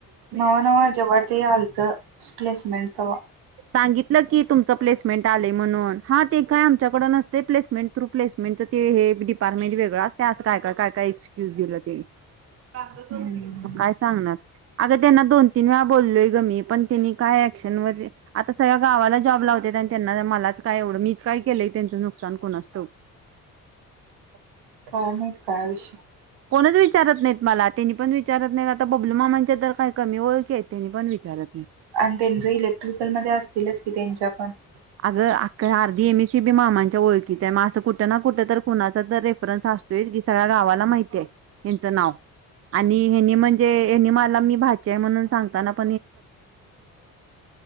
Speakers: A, on the right; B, on the right.
A: नव्ह नव्ह जवारद आलतं, प्लेसमेंट तवा
B: सांगितलं की तुमचं प्लेसमेंट आलय म्हणून,, हा ते काय? च्याकड नसतय, प्लेमेंट थू प्लेसमेंटं ते हे डिपार्टमेंट वेगळं असतय असं काय, काय, काय एक्स्यज दिल्यात
A: हम्म
B: काय सांगणार, अग त्यांना दोन, तीन वेळा बोलोय ग मी पण त्यांनी काय एक्शन मध्ये आता सगळ्या गावाला जॉब लावत्यात, आणि त्यांना मलाच काय एवढं, मीच काय केलंय त्यांचं नुकसान कूणास ठाऊक. <unintelligible>
A: काय माहीत काय विषय?
B: कोणच विचारत नाहीत मला, त्यांनी पण विचारत नाहीत, आता बबलू मामांच्या तर काही कमी ओळखी आहत पण विचारत
A: आणि त्यांचे इलेक्ट्रिकलमध्ये असतीलच की त्यांच्या पण--?
B: अगं अ आरदीी एमसी बी मामांच्या ओळखीच आहे असं कुठं ना कुठं तर कुणाचा तर रेफरन्स की सगळ्या गावाला माहितीे त्यांचं नाव आणि हेनी म्हणजे हनी मला मी भाचे आहे म्हणून सांगताना <inaudible>